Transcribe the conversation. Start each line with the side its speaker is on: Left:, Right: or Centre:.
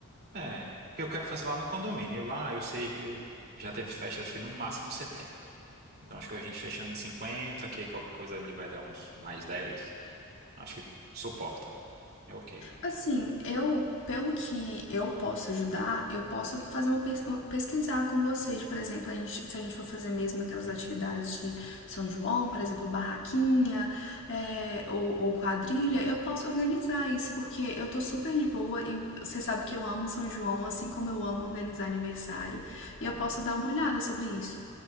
Right: É, porque eu quero fazer lá no condomínio. E lá eu sei que eu- já teve festa, acho que no máximo 70. Então acho que a gente fechando em 50, que qualquer coisa ali vai dar uns mais 10. Acho que suporta. É ok.
Left: Assim, eu, pelo que eu posso ajudar, eu posso fazer uma pes- pesquisar com vocês, por exemplo, a gente- se a gente for fazer mesmo aquelas atividades de São João, por exemplo, barraquinha, é, ou, ou quadrilha, eu posso organizar isso, porque eu tô super de boa e você sabe que eu amo São João, assim como eu amo organizar aniversário,
Right: Ah,
Left: e eu posso dar uma olhada sobre isso.